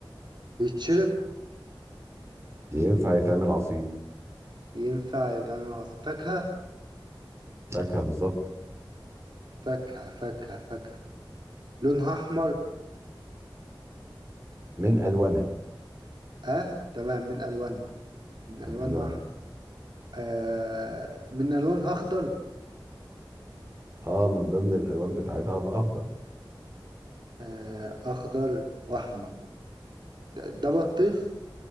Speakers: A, on the right (about 60°); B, on the right (about 30°).
A: بيتشرب
B: ينفع يتعمل عصير
A: ينفع يتعمل عصير فاكهة
B: فاكهه بالظبط
A: فاكهة فاكهة فاكهة لونها أحمر
B: من الوانها
A: اه تمام من ألوانها من
B: من
A: ألوانها
B: الوانها
A: أحمر آه من ألوانها أخضر
B: اه من ضمن الالوان بتاعتها اخضر
A: آه أخضر وأحمر ده, ده بطيخ